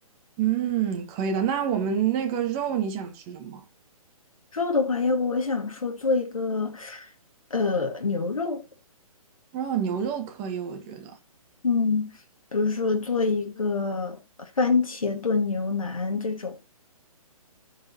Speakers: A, on the right (about 20°); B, on the left (about 65°).
A: 嗯，可以的。那我们那个肉你想吃什么？
B: 肉的话，要不我想说做一个呃牛肉，
A: 肉牛肉可以，我觉得。
B: 嗯，比如说做一个番茄炖牛腩这种，